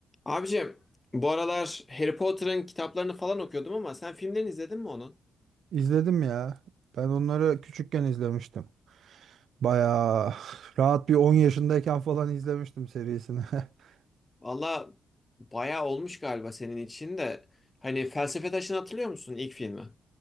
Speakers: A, on the left; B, on the right.
A: Abicim bu aralar Harry Potter'ın kitaplarını falan okuyordum ama sen filmlerini izledin mi onun?
B: İzledim ya. Ben onları küçükken izlemiştim. Bayağı <laughs> rahat bir 10 yaşındayken falan izlemiştim serisini. <laughs>
A: Valla bayağı olmuş galiba senin için de. Hani Felsefe Taşı'nı hatırlıyor musun ilk filmi?